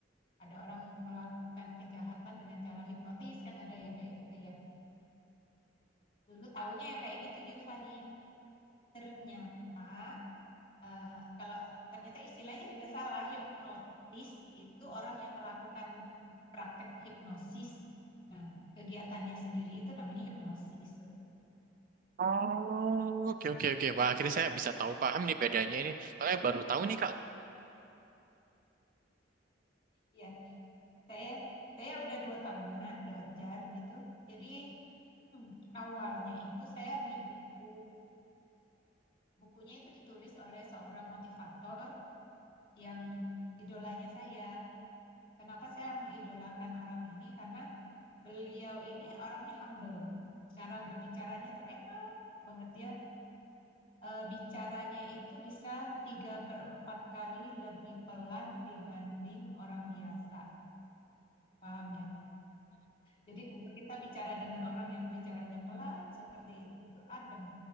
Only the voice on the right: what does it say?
Oh, oke oke oke. Wah, akhirnya saya bisa tahu paham nih bedanya ini. Makanya baru tahu nih Kak.